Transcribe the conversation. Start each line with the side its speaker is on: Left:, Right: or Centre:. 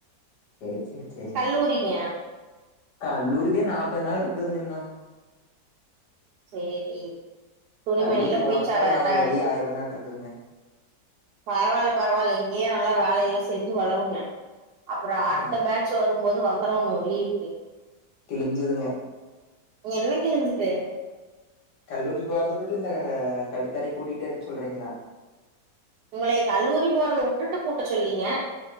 Left: சேரி சேரி சேரிங்க
Right: பூரிங்கயா
Left: கல்லூரிக்கே நாப்பது நாள் இருக்குதுங்க இன்ன
Right: சேரி துணிமணிலா
Left: கல்லூரி போறக்கால்
Right: போய் ச
Left: நா
Right: ட
Left: ஒரு வழி ஆயிருவனாட்டு இருக்குதுங்க
Right: பரவால்ல பரவால்ல இங்கயே நல்லா வேலையெல்லா செஞ்சு வளவுங்க அப்றோ
Left: ஆ
Right: அடுத்த பேட்ச் வர் ரும்போது வந்துரணு லீவுக்கு
Left: கிழிஞ்சதுங்க
Right: என்ன கிழிஞ்சது
Left: கல்லூரி போறதபுட்டு இந்த கடுத்தரைய கூட்டிட்டே இருக்க சொல்றீங்ளா
Right: உங்களே கல்லூரி போறதவுட்டுட்டு கூட்ட சொல்லைங்க